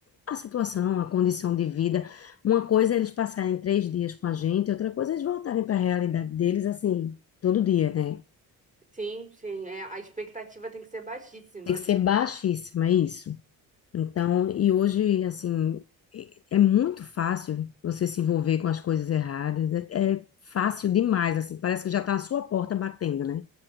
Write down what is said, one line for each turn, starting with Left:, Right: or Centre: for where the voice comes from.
Left: a situação, a condição de vida, uma coisa é eles passarem três dias com a gente, outra coisa é eles voltarem para a realidade deles, assim, todo dia, né?
Right: Sim, sim. É, a expectativa tem que ser baixíssima.
Left: Tem que ser baixíssima, é isso. Então, e hoje, assim, é é muito fácil você se envolver com as coisas erradas, é, é fácil demais, assim, parece que já está à sua porta batendo, né?